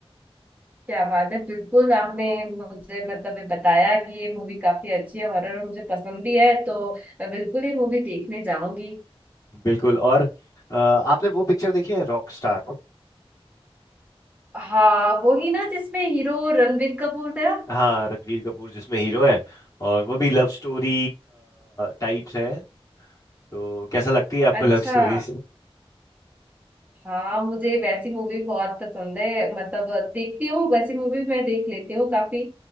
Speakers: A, on the right (about 15°); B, on the left (about 35°).
A: क्या बात है बिल्कुल आपने मुझे मतलब ये बताया कि ये मूवी काफी अच्छी है हॉरर और मुझे पसंद भी है तो मैं बिल्कुल ही मूवी देखने जाऊंगी
B: बिल्कुल और अ, आपने वो पिक्चर देखी है रॉक स्टार
A: हाँ वो ही ना जिसमें हीरो रणबीर कपूर था
B: हाँ रणवीर कपूर जिसमें हीरो है और वो भी लव स्टोरी टाइप्स है तो कैसा लगती है आपको
A: अच्छा
B: लव स्टोरी
A: हाँ मुझे वैसी मूवी बहुत पसंद है मतलब देखती हूँ वैसी मूवी मैं देख लेती हूँ काफी